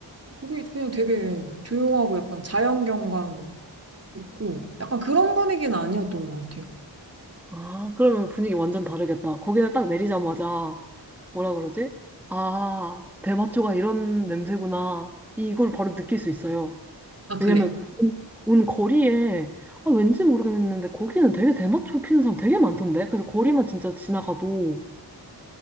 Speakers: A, on the right; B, in the centre.
A: 거기 그냥 되게 조용하고 약간 자연경관 있고, 약간 그런 분위기는 아니었던 것 같아요.
B: 아, 그러면 분위기 완전 다르겠다. 거기는 딱 내리자마자, 뭐라 그러지? 아, 대마초가 이런 냄새구나. 이걸 바로 느낄 수 있어요.
A: 아, 그래요?
B: 왜냐면, 온, 온 거리에, 아, 왠지 모르겠는데, 거기는 되게 대마초 피는 사람 되게 많던데? 그래서 거리만 진짜 지나가도